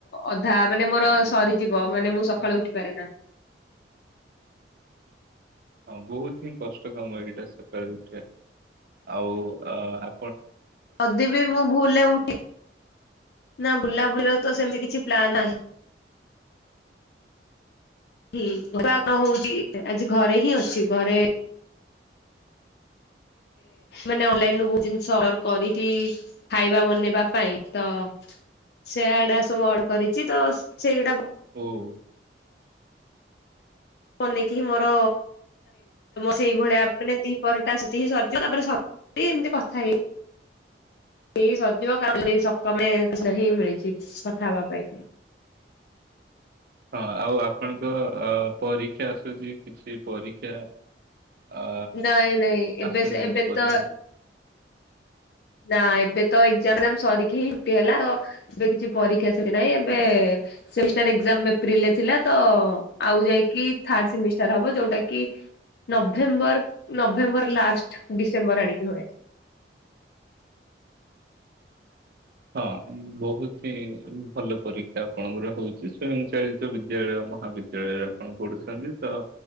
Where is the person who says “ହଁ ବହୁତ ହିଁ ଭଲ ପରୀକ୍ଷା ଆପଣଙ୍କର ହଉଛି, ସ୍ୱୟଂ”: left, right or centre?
Right